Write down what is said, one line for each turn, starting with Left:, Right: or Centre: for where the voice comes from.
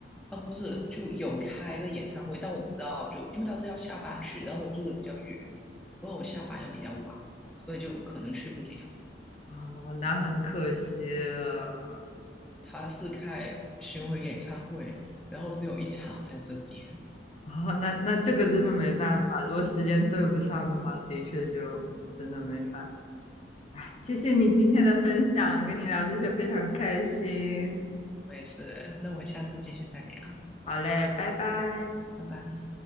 Centre: 哦，不是，就有开个演唱会，但我不知道，就因为他是要下班去，然后我住的比较远，因为我下班又比较晚，所以就可能去不了。
Left: 哦，那很可惜了。
Centre: 他是开巡回演唱会，然后只有一场在这边。
Left: 哦，那那这个真的没办法，如果时间对不上的话，
Centre: 对啊，
Left: 的确就真的没办法。
Centre: 对。
Left: 哎，谢谢你今天的分享，跟你聊这些非常开心。
Centre: 我也是，那我们下次继续再聊。
Left: 好嘞，拜拜。
Centre: 拜拜。